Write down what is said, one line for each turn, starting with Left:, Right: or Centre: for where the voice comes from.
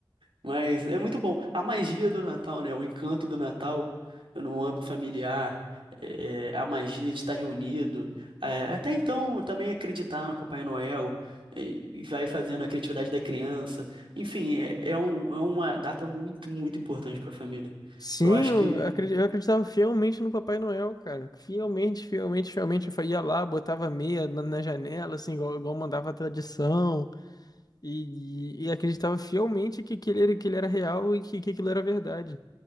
Right: Mas é muito bom. A magia do Natal, né? O encanto do Natal no âmbito familiar, é, a magia de estar reunido. É, até então, eu também acreditar no Papai Noel e, e vai fazendo a criatividade da criança. Enfim, é, é um- é uma data muito, muito importante para a família.
Left: Sim,
Right: Eu acho
Left: eu
Right: que.
Left: acredi- eu acreditava fielmente no Papai Noel, cara. Fielmente, fielmente, fielmente. Eu fa- ia lá, botava meia na, na janela, assim, igual, igual mandava a tradição. E, e acreditava fielmente que, que, ele, era- que ele era real e que, que aquilo era verdade.